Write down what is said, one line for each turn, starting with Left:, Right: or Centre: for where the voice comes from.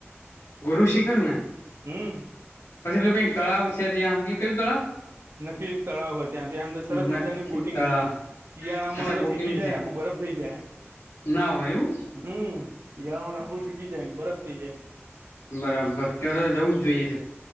Left: ગુરુ શિખર ને?
Right: હમ.
Left: પછી પેલું કઈક તળાવ છે ત્યાં એ કયું તળાવ?
Right: નકલ એક તળાવ ત્યા ત્યાં અંદર સરસ
Left: નખી
Right: મજાની બોટિંગ
Left: તળાવ
Right: થાય એમ શિયાળામાં
Left: અચ્છા
Right: હોય તો
Left: બોટિંગ
Right: થીજી જાય
Left: છે
Right: આખું બરફ થઈ જાય.
Left: ના હોય એઉ.
Right: હમ શિયાળામાં આખું થીજી જાય એમ બરફ થઇ જાય એમ
Left: બરાબર તો તો જવું જ જોઈએ.